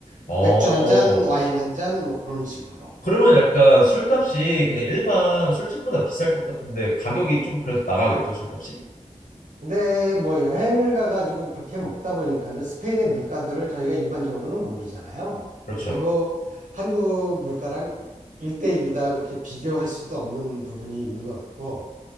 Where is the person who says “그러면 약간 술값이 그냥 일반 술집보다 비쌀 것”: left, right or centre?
Left